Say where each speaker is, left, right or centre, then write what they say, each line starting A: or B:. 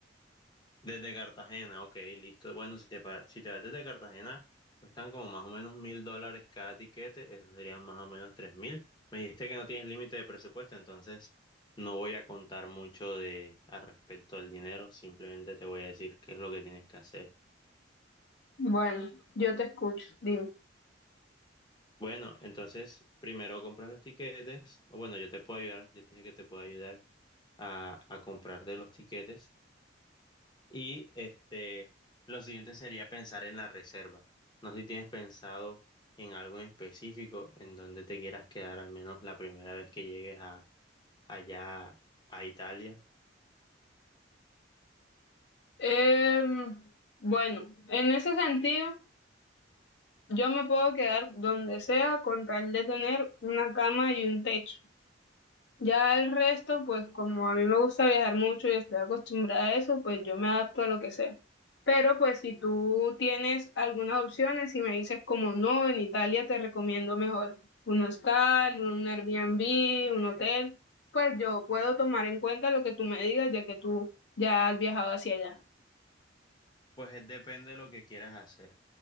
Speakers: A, on the left; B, on the left.
A: Desde Cartagena, ok, listo. Bueno, si te, pa- si te vas desde Cartagena, están como más o menos mil dólares cada tiquete, eso serían más o menos tres mil. Me dijiste que no tienes límite de presupuesto, entonces no voy a contar mucho de al respecto al dinero, simplemente te voy a decir qué es lo que tienes que hacer.
B: Bueno, yo te escucho, dime.
A: Bueno, entonces primero compras los tiquetes, o bueno, yo te puedo ayudar, yo te dije que te puedo ayudar a, a comprarte los tiquetes. Y este, lo siguiente sería pensar en la reserva. No sé si tienes pensado en algo en específico en donde te quieras quedar al menos la primera vez que llegues a, allá a Italia.
B: Em, bueno, en ese sentido, yo me puedo quedar donde sea con tal de tener una cama y un techo. Ya el resto, pues como a mí me gusta viajar mucho y estoy acostumbrada a eso, pues yo me adapto a lo que sea. Pero pues si tú tienes algunas opciones y me dices como no, en Italia te recomiendo mejor un hostal, un Airbnb, un hotel, pues yo puedo tomar en cuenta lo que tú me digas ya que tú ya has viajado hacia allá.
A: Pues es- depende de lo que quieras hacer.